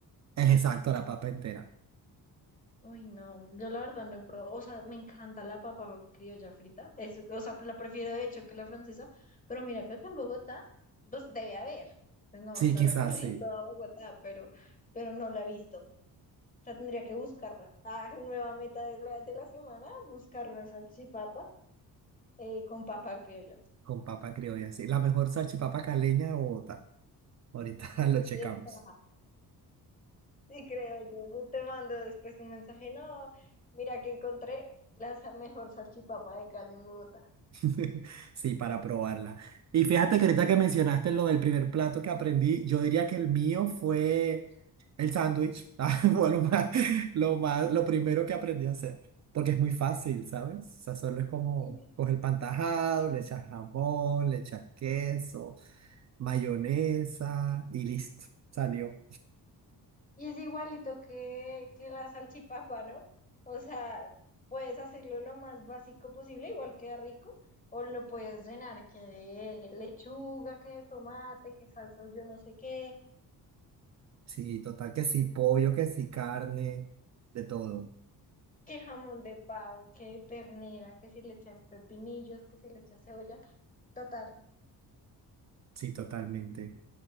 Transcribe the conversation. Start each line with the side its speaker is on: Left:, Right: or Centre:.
Right: Es exacto, la papa entera.
Left: Uy, no, yo la verdad no he probado, o sea, me encanta la papa criolla frita, es, o sea, la prefiero de hecho que la francesa, pero mira que acá en Bogotá, pues debe haber, Pues no,
Right: Sí,
Left: no
Right: quizás
Left: he recorrido
Right: sí,
Left: <laughs> toda Bogotá, pero, pero no la he visto, o sea, tendría que buscarla. Ah, <laughs> nueva meta de la, de la semana, buscar una salchipapa eh, con papa criolla.
Right: con papa criolla, sí. La mejor salchipapa caleña de Bogotá. Ahorita <laughs> lo checamos.
Left: Y está. Sí, creo yo. Yo te mando después un mensaje. No, mira que encontré la sa- mejor salchipapa de Cali en Bogotá.
Right: <laughs> Sí, para probarla. Y fíjate que ahorita que mencionaste lo del primer plato que aprendí, yo diría que el mío fue el sándwich. <laughs> Ah, Fue lo más, lo más, lo primero que aprendí a hacer, porque es muy fácil, ¿sabes? O sea, solo es como
Left: Sí.
Right: coger pan tajado, le echas jamón, le echas queso, mayonesa y listo, salió.
Left: Y es igualito que, que la salchipapa, ¿no? O sea, puedes hacerlo lo más básico posible, igual queda rico, o lo puedes llenar que de lechuga, que de tomate, que salsas, yo no sé qué,
Right: Sí, total que sí, pollo, que sí, carne, de todo.
Left: que jamón de pavo, que ternera, que si le echas pepinillos, que si le echas cebolla. Total.
Right: Sí, totalmente.